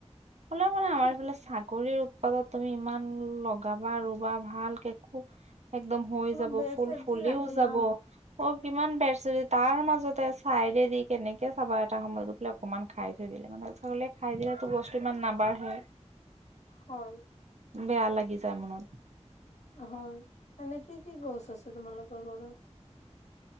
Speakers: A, on the right; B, on the left.
A: ফুলে মানে আমাৰ
B: কি
A: ফালে
B: কি
A: ছাগলীৰ পাদপ তুমি ইমান লগাবা আৰু ৱাহ ভাল কে কু একদম হৈ
B: অলপ
A: যাব
B: বেৰ
A: ফুল
B: চেৰ
A: ফুলিও
B: দি ৰাখিবা
A: যাব অ কিমান বেৰ চেৰ তাৰ মাজতে চাইডে দি কেনেকে চাবা আৰ এটা সময়ত গৈ পেলাই অকমান খাই থৈ দিলে মানে ছাগলী খাই দিলেতো বস্তু ইমান নাবাঢ়ে।
B: হয়।
A: বেয়া লাগি যায় মনত।
B: হয় এনে কি কি গছ আছে তোমালোকৰ তোৰ ঘৰত